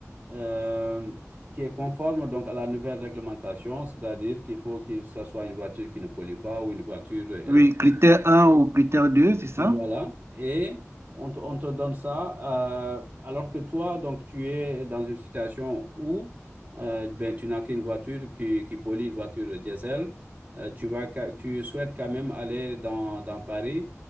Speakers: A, on the right (about 30°); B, on the right (about 55°).
A: euh, qui est conforme donc à la nouvelle réglementation, c'est-à-dire qu'il faut que ce soit une voiture qui ne pollue pas ou une voiture électrique.
B: Oui, critère un ou critère 2, c'est ça?
A: Voilà, et on te, on te donne ça, euh, alors que toi, donc, tu es dans une situation où euh, ben, tu n'as qu'une voiture qui, qui pollue une voiture diesel, Euh, tu vas, ca- tu souhaites quand même aller dans, dans Paris,